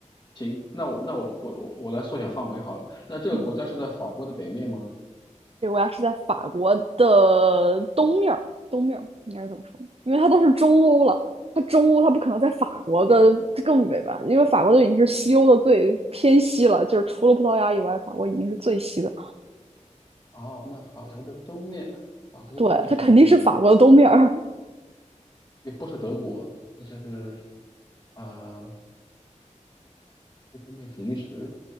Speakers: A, on the left; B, on the right.
A: 行，那我那我我我我来缩小范围好了。那这个国家是在法国的北面吗？
B: 嗯。对，国家是在法国的东面儿，东面儿应该是怎么说？因为它都是中欧了，它中欧它不可能在法国的更北吧？因为法国都已经是西欧的最偏西了，就是除了葡萄牙以外，法国已经是最西的。
A: 哦，那法国的东面，法国的东面是哪些国家？
B: 对，它肯定是法国的东面儿，
A: 也不是德国，那就是啊，呃东面比利时。